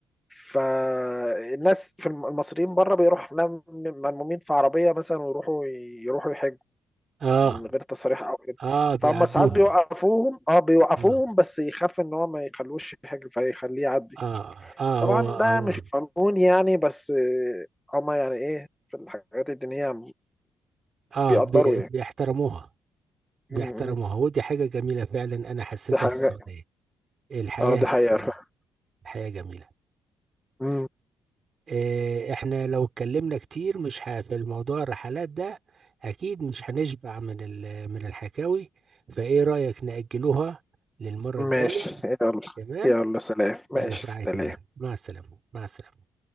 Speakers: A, in the centre; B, on the right.
A: فالناس في الم- المصريين بره بيروحوا نم- ملمومين في عربيه مثلا ويروحوا يروحوا يحجوا
B: اه
A: من غير تصاريح او كده
B: اه بيعدوه
A: فهم ساعات بيوقفوهم اه بيوقفوهم
B: اه
A: بس يخاف ان هو ما يخلوش يحج فيخليه يعدي
B: اه اه
A: طبعا
B: هو هو
A: ده مش قانون يعني بس آه، هم يعني ايه في الحاجات الدينيه
B: اه
A: بيقدروا
B: بي- بيحترموها بيحترموها
A: يعني
B: ودي حاجة جميلة فعلا انا حسيتها
A: دي حاجة
B: في السعودية الحياة
A: اه دي
B: هناك
A: حقيقة
B: جميلة
A: فعلا.
B: الحياة جميلة
A: مم.
B: إيه، احنا لو اتكلمنا كتير مش ه... في الموضوع الرحلات ده اكيد مش هنشبع من ال... من الحكاوي فايه رأيك نأجلوها للمرة
A: ماشي
B: الجاية
A: يلا
B: تمام
A: يلا سلام
B: يلا
A: ماشي
B: في
A: سلام
B: رعاية الله مع السلامة مع السلامة